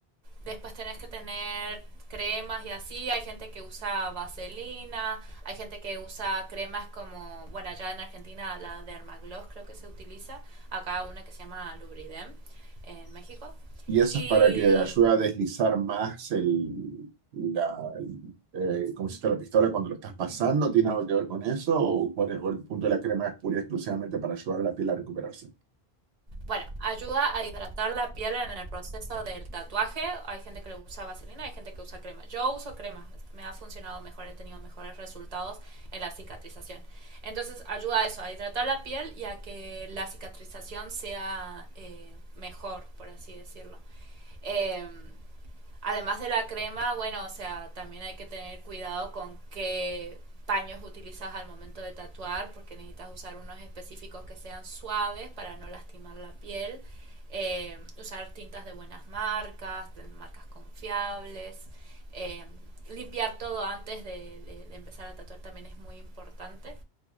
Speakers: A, on the right (about 40°); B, on the right (about 80°).
A: Después tenés que tener cremas y así. Hay gente que usa vaselina, hay gente que usa cremas como, bueno, allá en Argentina la de Hermagloss creo que se utiliza. Acá una que se llama Lubridem en México.
B: Y eso
A: Y
B: es para que ayude a deslizar más el, la, el, eh, cómo se está la pistola cuando lo estás pasando, ¿tiene algo que ver con eso? ¿O, cuál es- o el punto de la crema es pura y exclusivamente para ayudar a la piel a recuperarse?
A: Bueno, ayuda a hidratar la piel en el proceso del tatuaje. Hay gente que le usa vaselina, hay gente que usa crema. Yo uso crema, me ha funcionado mejor, he tenido mejores resultados en la cicatrización. Entonces ayuda a eso, a hidratar la piel y a que la cicatrización sea eh, mejor, por así decirlo. Eh, Además de la crema, bueno, o sea, también hay que tener cuidado con qué paños utilizas al momento de tatuar, porque necesitas usar unos específicos que sean suaves para no lastimar la piel, eh, usar tintas de buenas marcas, de marcas confiables, eh, limpiar todo antes de, de- de empezar a tatuar también es muy importante